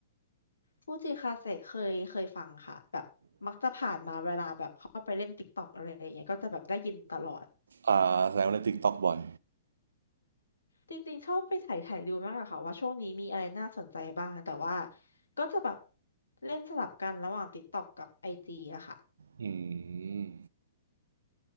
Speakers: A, on the left; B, on the right.
A: ฟูจิคาเซ่เคยเคยฟังค่ะแบบมักจะผ่านมาเวลาแบบเข้าไปเล่นติ๊กต็อกอะไรอย่างเงี้ยก็จะแบบได้ยินตลอด
B: อ่าแสดงว่าเล่น TikTok บ่อย
A: จริงๆชอบไปไถ่ไถ่ดูมากอะค่ะว่าช่วงนี้มีอะไรน่าสนใจบ้างแต่ว่าก็จะแบบเล่นสลับกันระหว่าง TikTok กับ IG อจีอะค่ะ
B: อืม